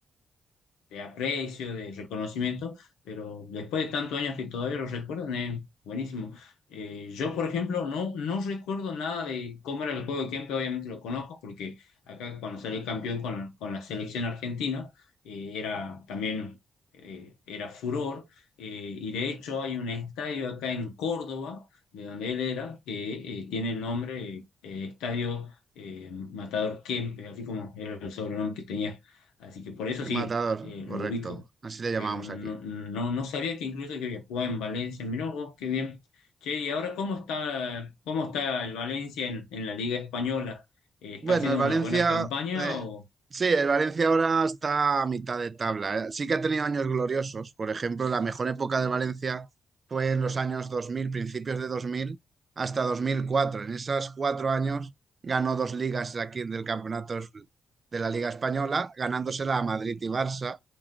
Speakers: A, on the left; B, on the right.
A: de aprecio, de reconocimiento, pero después de tantos años que todavía lo recuerdan, es buenísimo. Eh, yo, por ejemplo, no, no recuerdo nada de cómo era el juego de Kempe, obviamente lo conozco, porque acá cuando salió campeón con, con la selección argentina, eh, era también, eh, era furor, eh, y de hecho hay un estadio acá en Córdoba, de donde él era, que eh, tiene el nombre eh, Estadio eh, Matador Kempe, así como era el sobrenombre que tenía. Así que por eso sí,
B: Matador,
A: eh,
B: correcto.
A: lo ubico,
B: Así le llamábamos
A: pero no,
B: aquí.
A: no, no sabía que incluso que había jugado en Valencia. Mirá vos, qué bien. Che, y ahora, ¿cómo está, cómo está el Valencia en, en la Liga Española? Eh, ¿está
B: Bueno,
A: haciendo
B: el Valencia,
A: una buena campaña
B: eh,
A: o
B: sí, el Valencia ahora está a mitad de tabla. eh. Sí que ha tenido años gloriosos. Por ejemplo, la mejor época del Valencia fue en los años 2000, principios de 2000, hasta 2004. En esos cuatro años ganó dos ligas aquí del campeonato de la Liga Española, ganándosela a Madrid y Barça,